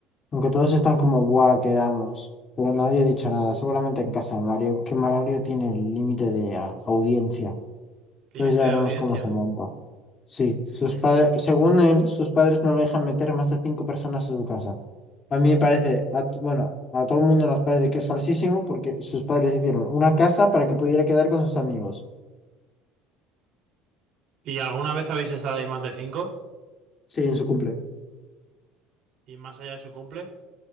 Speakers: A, on the left; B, on the right.
A: Aunque todos están como, buah, quedamos. Pero nadie ha dicho nada, seguramente en casa de Mario, que Mario tiene el límite de ah, audiencia.
B: Límite
A: Entonces ya veremos
B: de audiencia.
A: cómo se monta. Sí, sus padres, según él, sus padres no le dejan meter más de cinco personas a su casa. A mí me parece, a t- bueno, a todo el mundo nos parece que es falsísimo porque sus padres hicieron una casa para que pudiera quedar con sus amigos.
B: ¿Y alguna vez habéis estado ahí más de cinco?
A: Sí, en su cumple.
B: ¿Y más allá de su cumple?